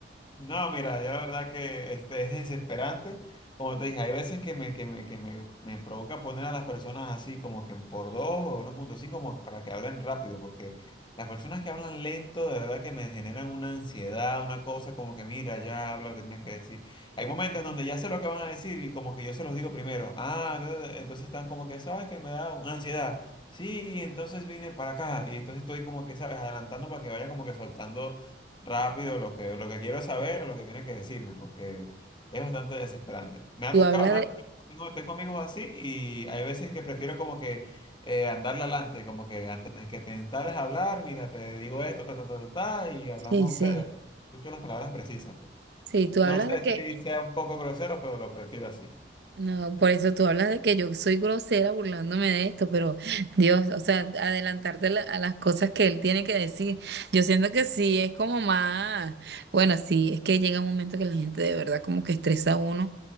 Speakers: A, on the left; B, on the right.
A: No, mira, yo la verdad que este, es desesperante. Como te dije, hay veces que me, que me, que me, me provoca poner a las personas así como que en por dos o uno punto cinco como que para que hablen rápido, porque las personas que hablan lento de verdad que me generan una ansiedad, una cosa como que mira, ya habla lo que tienes que decir. Hay momentos donde ya sé lo que van a decir y como que yo se los digo primero. Ah, da, da, entonces están como que, ¿sabes que me da una ansiedad? Sí, entonces vine para acá y entonces estoy como que, ¿sabes? Adelantando para que vaya como que soltando rápido lo que, lo que quiero saber o lo que tiene que decirme, porque es bastante desesperante. Me ha
B: tú
A: tocado,
B: hablas
A: me
B: de,
A: ha tocado, tengo, tengo amigos así y hay veces que prefiero como que eh, andarle adelante, como que antes de que te instales a hablar, mira, te digo esto, ta, ta, ta, ta, ta, y hablamos,
B: sí, sí,
A: o sea, escucho las palabras precisas. pues.
B: sí,
A: No
B: tú hablas
A: sé
B: de que
A: si sea un poco grosero, pero lo prefiero así.
B: No, por eso tú hablas de que yo soy grosera burlándome de esto, pero Dios, o sea, adelantarte la- a las cosas que él tiene que decir. Yo siento que sí, es como más, bueno, sí, es que llega un momento que la gente de verdad como que estresa a uno